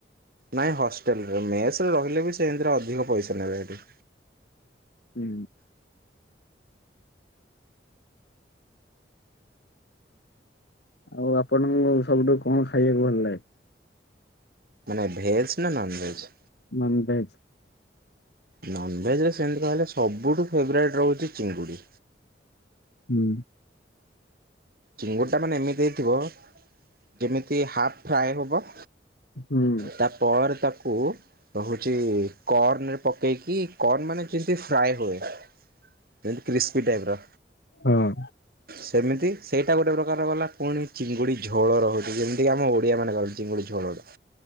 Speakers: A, on the right (about 55°); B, on the left (about 65°).
A: ନାଇଁ ହଷ୍ଟେଲରେ ମେସରେ ରହିଲେ ବି ସେମତିରେ ଅଧିକ ପଇସା ନେବେ ହେଠି।
B: ହୁଁ। ଆଉ ଆପଣଙ୍କୁ ସବୁଠୁ କଣ ଖାଇବାକୁ ଭଲ ଲାଗେ?
A: ମାନେ ଭେଜ୍ ନା ନନଭେଜ୍?
B: ମନଭେଜ।
A: ନନଭେଜରେ ସେମତି କହିଲେ ସବୁଠୁ ଫେବରାଇଟ୍ ରହୁଚି ଚିଙ୍ଗୁଡ଼ି।
B: ହୁଁ।
A: ଚିଙ୍ଗୁଡ଼ିଟା ମାନେ ଏମିତି ହେଇଥିବ ଯେମିତି ହାପ୍ ଫ୍ରାଏ ହବ
B: ହୁଁ।
A: ତାପରେ ତାକୁ ହୋଉଚି କର୍ନରେ ପକେଇକି କର୍ନ ମାନେ ଯେମତି ଫ୍ରାଏ ହୁଏ ଯେମତି କ୍ରିସ୍ପି ଟାଇପର।
B: ହଁ
A: ସେମିତି ସେଇଟା ଗୋଟେ ପ୍ରକାର ଗଲା। ପୁଣି ଚିଙ୍ଗୁଡ଼ି ଝୋଳ ରହୁଚି ଯେମତିକି ଆମେ ଓଡ଼ିଆମାନେ କରନ୍ତି ଚିଙ୍ଗୁଡ଼ି ଝୋଳଟା।